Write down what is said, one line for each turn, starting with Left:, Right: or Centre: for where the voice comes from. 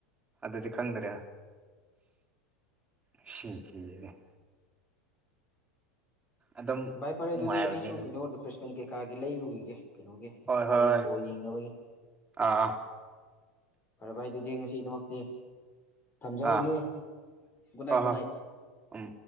Right: ꯑꯗꯨꯗꯤ ꯈꯪꯗ꯭ꯔꯦ ꯁꯤ <unintelligible> ꯑꯗꯨꯝ
Left: ꯚꯥꯏ ꯐꯔꯦ
Right: ꯅꯨꯡꯉꯥꯏꯕꯅꯤꯅꯦ
Left: ꯑꯗꯨꯗꯤ ꯑꯩꯁꯨ ꯀꯩꯅꯣ ꯔꯤꯐ꯭ꯔꯦꯁꯃꯦꯟ ꯀꯩꯀꯥꯒꯤ ꯂꯩꯔꯨꯒꯤꯒꯦ꯫ ꯀꯩꯅꯣꯒꯤ
Right: ꯍꯣꯏ ꯍꯣꯏ
Left: ꯍꯣꯔꯦꯟꯕꯣ
Right: ꯍꯣꯏ
Left: ꯌꯦꯡꯅꯕꯒꯤ꯫
Right: ꯑꯥ ꯑꯥ
Left: ꯐꯔꯦ ꯚꯥꯏ ꯑꯗꯨꯗꯤ ꯉꯁꯤꯗꯃꯛꯇꯤ ꯊꯝꯖꯔꯒꯦ
Right: ꯑꯥ
Left: ꯒꯨꯅꯥꯏ
Right: ꯍꯣꯏ
Left: ꯒꯨꯅꯥꯏ꯫
Right: ꯍꯣꯏ ꯎꯝ